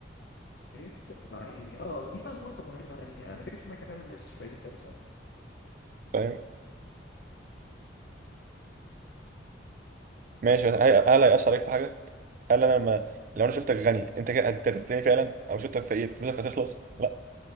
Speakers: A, on the left; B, on the right.
A: بيفرق مع اني اه دي بقى نقطة مهمة تانية انا بيفرق مع كلام الناس شوية ده بصراحة
B: فاهم ماشي بس هي- هل هيأثر عليك في حاجه هل انا لما لو انا شفتك غني انت كده هتغني فعلا او شفتك فقير فلوسك هتخلص لا